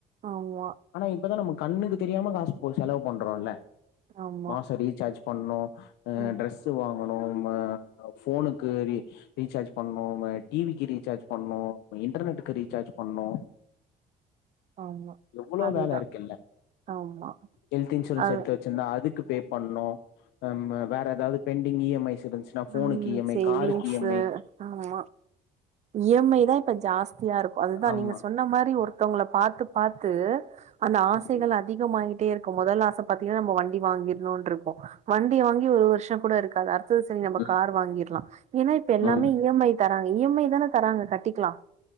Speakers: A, on the right; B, on the left.
A: ஆமா
B: ஆனா இப்பதான் நமக் கண்ணுக்கு தெரியாம காசு போ செலவு பண்றோம்ல
A: ஆமா
B: மாசம் ரீசார்ஜ் பண்ணனும் ஆஹ்
A: ம்
B: ட்ரெஸ் வாங்கணும் மா போனுக்கு ரீசார்ஜ் பண்ணணும் டிவிக்கு ரீசார்ஜ் பண்ணணும் இன்டர்நெட் ரீசார்ஜ் பண்ணனும்
A: ஆமா
B: எவ்வளோ
A: அதுதான்
B: வேலை இருக்குல்ல
A: ஆமா
B: ஹெல்த் இன்சூரன்ஸ்
A: அது
B: எடுத்து வச்சிருந்தா அதுக்கு பே பண்ணும் உம் வேற ஏதாவது பென் இ எம் ஐஸ் இருந்துச்சுன்னா ஃபோனுக்கு
A: ஆஹ்
B: இ எம் ஐ
A: சேவிங்ஸ்சு
B: காருக்கு இ எம் ஐ
A: ஆமா இ எம் ஐ தான் இப்ப ஜாஸ்தியா இருக்கு அதுதான்
B: ஆமா
A: நீங்க சொன்ன மாரி ஒரு த்தவங்கள பாத்து பாத்து அந்த ஆசைகள்
B: ம்
A: அதிகமாயிட்டே இருக்கும் முதல் ஆச பாத்தீங்கன்னா நம்ப வண்டி வாங்கிடணும்னு இருக்கும் வண்டி வாங்கி ஒரு வருஷம் கூட இருக்காது அ து நம்ப
B: ம்
A: கார் வாங்கிர்லாம் ஏன்னா இப்ப எல்லாமே
B: ம்
A: இ எம் ஐ தராங்க இ எம் ஐ தானே தராங்க கட்டி க்லாம்